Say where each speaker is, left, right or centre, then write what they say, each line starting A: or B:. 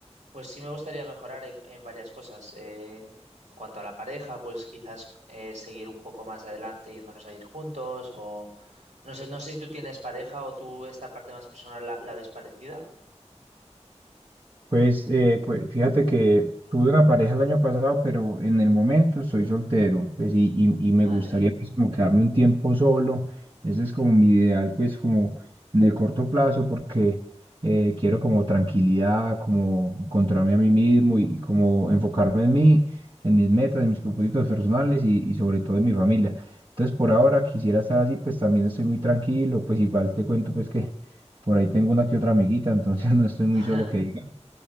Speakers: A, on the right; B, on the right.
A: pues sí me gustaría mejorar en, en varias cosas. Eh, en, en cuanto a la pareja, pues quizás eh, seguir un poco más adelante yéndonos a ir juntos o no sé, no sé si tú tienes pareja o tú esta parte más personal la, la ves parecida.
B: Pues, eh, pues fíjate que tuve una pareja el año pasado, pero en el momento estoy soltero, pues y, y, y me
A: Vale.
B: gustaría pues como quedarme un tiempo solo. Ese es como mi ideal, pues como en el corto plazo, porque eh, quiero como tranquilidad, como encontrarme a mí mismo y, y como enfocarme en mí, en mis metas, en mis propósitos personales y, y sobre todo en mi familia. Entonces, por ahora quisiera estar así, pues también estoy muy tranquilo, pues igual te cuento pues que por ahí tengo una que otra amiguita, entonces <laughs> no estoy muy
A: <laughs>
B: solo que diga